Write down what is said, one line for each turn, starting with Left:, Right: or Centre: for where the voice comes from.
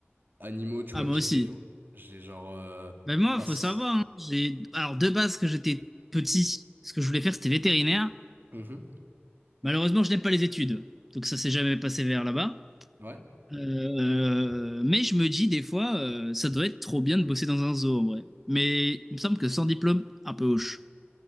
Right: animaux, tu
Centre: Ah,
Right: vois,
Centre: moi
Right: pisse
Centre: aussi.
Right: et tout. J'ai genre... euh,
Centre: ben moi,
Right: ah,
Centre: faut
Right: c'est-
Centre: savoir. hein, J'ai... Alors, de base, que j'étais petit, ce que je voulais faire, c'était vétérinaire.
Right: Mhm.
Centre: Malheureusement, je n'aime pas les études. Donc, ça s'est jamais passé vers là-bas.
Right: Ouais,
Centre: Euh, mais je me dis des fois, euh, ça doit être trop bien de bosser dans un zoo en vrai. Mais il me semble que sans diplôme, un peu hoche.